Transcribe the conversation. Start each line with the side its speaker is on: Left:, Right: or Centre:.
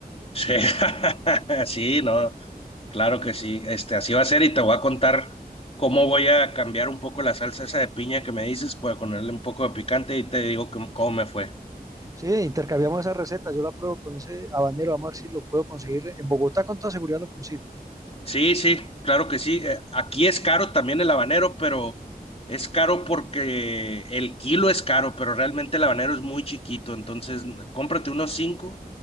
Left: Sí, <laughs> sí, no. Claro que sí, este, así va a ser y te voy a contar cómo voy a cambiar un poco la salsa esa de piña que me dices, para ponerle un poco de picante y te digo cómo cómo me fue.
Right: Sí, intercambiamos esa receta, yo la pruebo con ese habanero, vamos a ver si lo puedo conseguir. En Bogotá con toda seguridad lo consigo.
Left: Sí, sí, claro que sí. eh, aquí es caro también el habanero, pero es caro porque el kilo es caro, pero realmente el habanero es muy chiquito, entonces cómprate unos cinco,